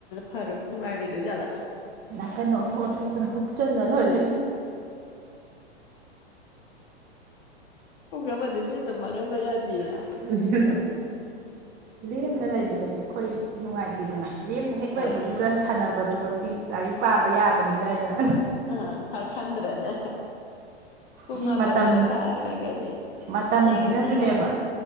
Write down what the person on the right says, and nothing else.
ꯅꯥꯀꯟꯗ ꯑꯣꯟꯊꫭꯛ ꯊꫭꯛꯇꯅ ꯆꯜꯂ ꯂꫭꯏꯔꯦ
<unintelligible> ꯂꯦꯝꯅ ꯂꯩꯕꯗꯗꯤ ꯑꯩꯈꯣꯏ ꯅꯨꯡꯉꯥꯏꯇꯗꯅ ꯂꯦꯝꯅ ꯍꯦꯛ
ꯂꯩꯕꯗꯨꯗ ꯁꯥꯟꯅꯕ ꯑꯗꯨꯃꯛꯇꯤ ꯂꯥꯏꯔꯤꯛ ꯄꯥꯕ ꯌꯥꯕꯅꯤꯅ ꯑꯩꯅ
ꯁꯤ
ꯃꯇꯝ
ꯃꯇꯝꯁꯤꯅꯁꯨꯅꯦꯕ